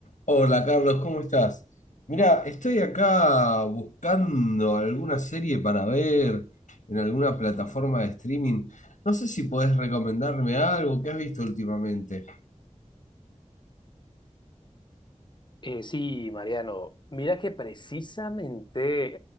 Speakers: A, on the left; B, on the left.
A: Hola Carlos, ¿cómo estás? Mira, estoy acá buscando alguna serie para ver en alguna plataforma de streaming. No sé si podés recomendarme algo que has visto últimamente.
B: Eh, sí, Mariano, mira que precisamente